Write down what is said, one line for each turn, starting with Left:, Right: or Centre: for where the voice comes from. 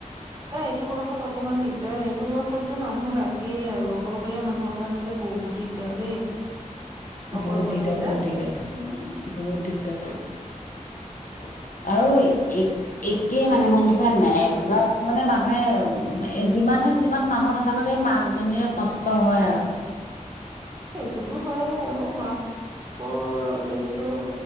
Right: নাই, এইটো বয়সত অকমান দিগদাৰ। এইটো বয়সত যে মানুহ লাগেই আৰু অকলশৰীয়া মানুহৰ কাৰণে যে বহুত দিগদাৰ দেই অকলশৰীয়া
Left: বহুত দিগদাৰ,
Right: হলে
Left: বহুত দিগদাৰ
Right: উম,
Left: বহুত দিগদাৰ আৰু এক একেই মানে গম পাইছা নে নাই এডজাষ্ট। মানে মানুহে যিমানে যিমান মানুহ নাথাকক, এই মাক জনীৰে কষ্ট হয় আৰু
Right: সেইটোতো হয় আৰু মাকৰ হেৰিটো,